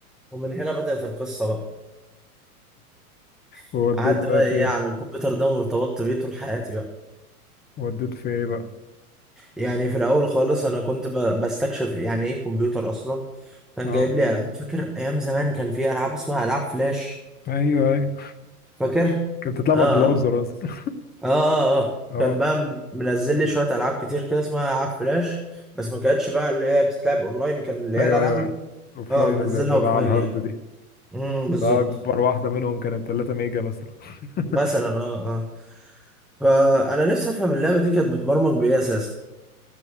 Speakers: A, in the centre; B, on the left.
A: ومن هنا بدأت القصة بقى <laughs>
B: ووديت
A: قعدت
B: بقى
A: بقى
B: في
A: ايه
B: ايه
A: على الكمبيوتر ده وارتبطت بيه طول حياتي بقى
B: وديت في ايه بقى
A: يعني في الاول خالص انا كنت ب- بستكشف يعني ايه كمبيوتر اصلا كان
B: اه
A: جايب لي العاب فاكر ايام زمان كان في العاب اسمها العاب فلاش
B: ايوه ايوه
A: فاكر
B: كانت بتلعب
A: اه
B: على البراوزر
A: اه
B: اصلا
A: اه اه, آه.
B: <laughs> اه
A: كان بقى من- منزل لي شويه العاب كتير كده اسمها العاب فلاش بس ما كانتش بقى اللي هي بتتلعب اونلاين كان اللي هي
B: ايوه
A: الالعاب
B: ايوه الاوفلاين
A: اه منزلها
B: اللي بتبقى
A: اوفلاين
B: على الهارد
A: يعني
B: دي
A: امم بالظبط
B: ده اكبر واحده منهم كانت 3 ميجا مثلا <laughs>
A: مثلا اه اه فانا نفسي افهم اللعبه دي كانت بتبرمج بايه اساسا